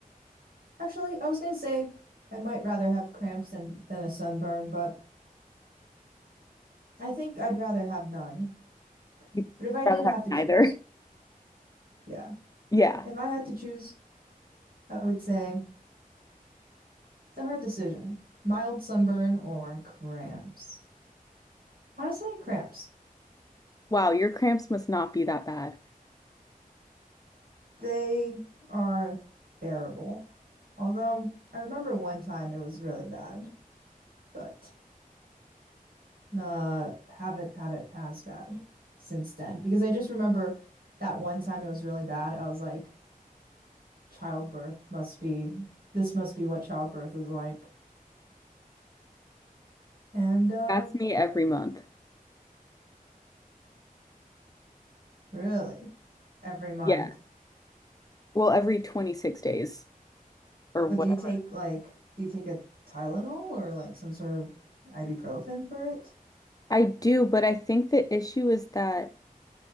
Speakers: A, on the right; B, on the left.
A: actually, I was gonna say I might rather have cramps than than a sunburn, but I think I'd rather have none.
B: You'd
A: But if I did
B: rather
A: have
B: have
A: to choose,
B: neither. <laughs>
A: yeah,
B: Yeah.
A: if I had to choose, I would say it's a hard decision. Mild sunburn or cramps. Honestly, cramps.
B: Wow, your cramps must not be that bad.
A: They are bearable. Although I remember one time it was really bad, but. Uh, haven't had it as bad since then because I just remember that one time it was really bad. I was like, childbirth must be, this must be what childbirth is like. And uh,
B: That's me every month.
A: really, every month.
B: Yeah. Well, every 26 days or
A: But
B: whatever.
A: do you take like, do you take a Tylenol or like some sort of ibuprofen for it?
B: I do, but I think the issue is that